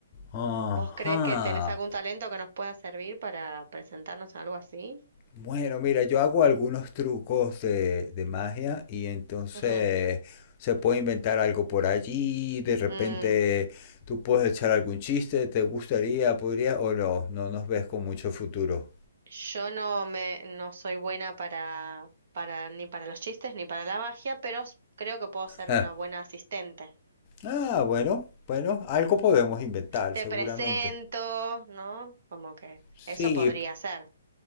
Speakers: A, on the left; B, on the right.
A: Ajá.
B: ¿Vos crees que tenés algún talento que nos pueda servir para presentarnos a algo así?
A: Bueno, mira, yo hago algunos trucos de, de magia y entonces
B: Ujú.
A: se puede inventar algo por allí. De repente
B: Mm,
A: tú puedes echar algún chiste, ¿te gustaría, podría o no? No nos ves con mucho futuro.
B: yo no me no soy buena para para ni para los chistes ni para la magia, pero s- creo que puedo ser
A: <laughs>
B: una buena asistente.
A: Ah, bueno, bueno, algo podemos inventar,
B: te
A: seguramente.
B: presento, ¿no? Como que
A: Sí,
B: eso podría ser,